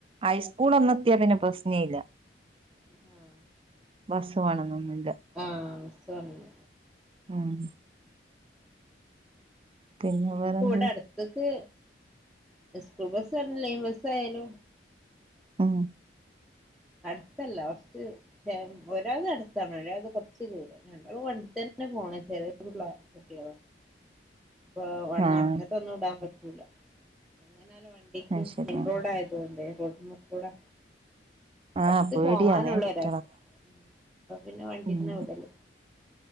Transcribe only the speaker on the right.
ഐസ്കൂൾ ഒന്നെത്തിയാ പിന്നെ പ്രശ്ന ഇല്ല
ബസ്സ് വേണന്നൊന്നുല്ല
ആഹ് പിന്നെ
വേറെന്ത്
ആഹ്
ആഹ്
അത് ശരിയാ
ആഹ്
പേടിയാന്നേ
കുട്ടികളെ
ഉം